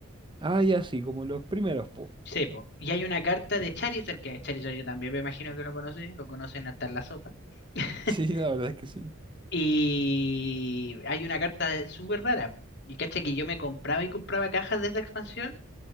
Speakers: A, on the right; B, on the left.
A: Ah, ya sí, como los primeros, po. <laughs>
B: Sí, po, y hay una carta de Charizard, que Charizard yo también me imagino que lo conocí, lo conocen hasta en la sopa. <laughs>
A: Sí, la verdad es que sí.
B: Y hay una carta súper rara, po. Y caché que yo me compraba y compraba cajas de esa expansión